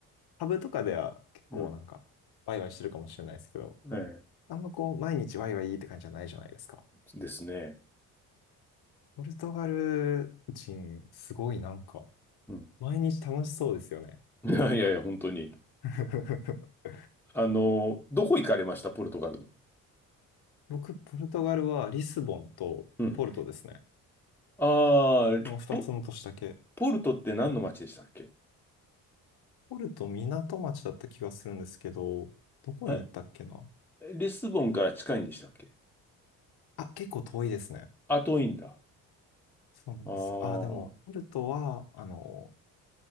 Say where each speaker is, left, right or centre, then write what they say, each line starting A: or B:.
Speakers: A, on the left (about 60°); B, in the centre.
A: タブとかでは結構なんかワイワイしてるかもしれないですけど、
B: うん。え
A: あんまこう、毎日ワイワイって感じじゃないじゃないですか。
B: え。ですね。
A: ポルトガル人、すごいなんか、
B: うん。
A: 毎日楽しそうですよね。
B: <laughs> いやいやいや、本当に。
A: <laughs>
B: あのーどこ行かれました、ポルトガルの。
A: 僕、ポルトガルはリスボンとポルトですね。
B: うん。ああ、
A: この二つの都市だけ。
B: ポポルトって何の町でしたっけ
A: ポルト港町だった気がするんですけど、どこに行ったっけな
B: あリスボンから近いんでしたっけ
A: あ、結構遠いですね。
B: あ、遠いんだ。
A: そうなんです。
B: ああ、
A: あ、でも、
B: は
A: ポルトは、あの、